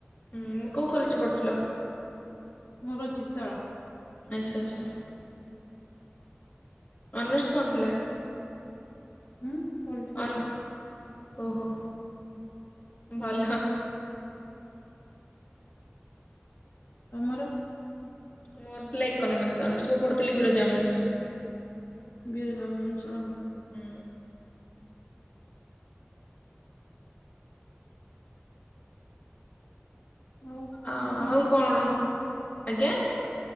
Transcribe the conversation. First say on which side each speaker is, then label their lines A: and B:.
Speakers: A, on the left; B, on the left.
A: ହୁଁଁ କୋଉ କଲେଜରେ ପଢୁଥିଲ?
B: ମୋର ଚିତାଳ।
A: ଆଚ୍ଛା ଆଚ୍ଛା। ଅନର୍ସ କଣ ଥିଲା?
B: ଉଁ ପଲଟିକାଲ
A: ଅନ୍
B: ସାଇନ୍ସ।
A: ଓହୋ ଭଲ।
B: ତମର?
A: ମୋର ଥିଲା ଏକନୋମିକ୍ସ ଅନର୍ସ ମୁଁ ପଢୁଥିଲି ବିରଜା ଓମେନ୍ସ ରେ।
B: ବିରଜା ଓମେଂସ ଓହୋ।
A: ହୁଁ।
B: ଆଉ
A: ଅ
B: ତମ ଫ୍ୟାମିଲିରେ
A: ଆଉ କଣ
B: କିଏ କିଏ ଅଛନ୍ତି?
A: ଆଜ୍ଞା।